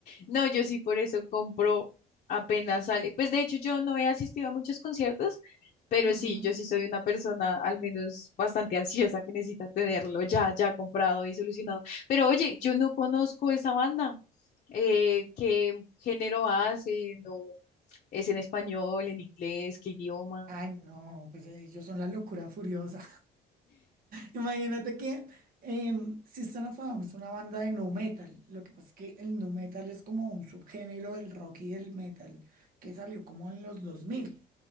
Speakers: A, on the left (about 50°); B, on the right (about 55°).
A: No, yo sí por eso compro apenas sale. Pues de hecho yo no he asistido a muchos conciertos, pero
B: Ujú.
A: sí, yo sí soy una persona al menos bastante <laughs> ansiosa que necesita tenerlo ya, ya comprado y solucionado. Pero oye, yo no conozco esa banda. Eh, ¿qué género hace? ¿No es en español, en inglés, qué idioma?
B: Ay, no, pues ellos son la locura furiosa. Imagínate que em, System of a Down es una banda de nu metal. Lo que pasa es que el nu metal es como un subgénero del rock y del metal que salió como en los dos mil